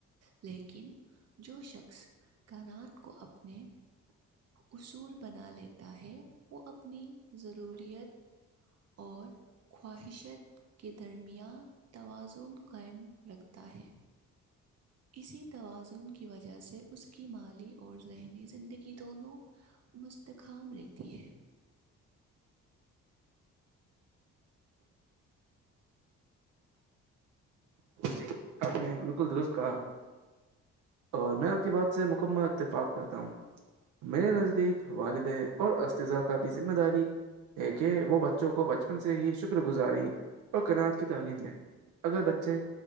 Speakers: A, on the right; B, on the right.
A: لیکن جو شخص کانات کو اپنے اصول بنا لیتا ہے وہ اپنی ضروریت اور خواہشت کے درمیان توازن قائم رکھتا ہے اسی توازن کی وجہ سے اس کی مالی اور ذہنی زندگی دونوں مستکام رہتی ہے
B: جی آپ نے بالکل درست کہا اور میں آپ کی بات سے مکمہ اتفاق کرتا ہوں میرے نزدیک والدہ اور استذہ کا بھی ذمہ داری ایک کہ وہ بچوں کو بچپن سے ہی شکر گزاری اور کناعات کی تعلیم دیں اگر بچے